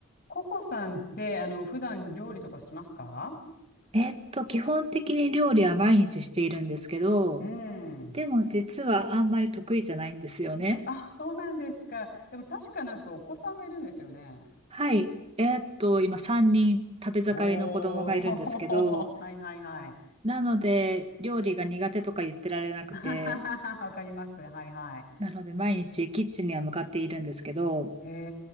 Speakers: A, on the left; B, on the right.
A: ココさんって、あの、普段料理とかしますか
B: えっと、基本的に料理は毎日しているんですけど、
A: うん。
B: でも実はあんまり得意じゃないんですよね。
A: あ、そうなんですか。でも確かなんかお子さんがいるんですよね。
B: はい。えっと、今3人食べ盛りの子供がいるんですけど、
A: おー、<laughs> はいはいはい。
B: なので料理が苦手とか言ってられなくて、
A: <laughs> わかります。はいはい。
B: なので毎日キッチンには向かっているんですけど、
A: へ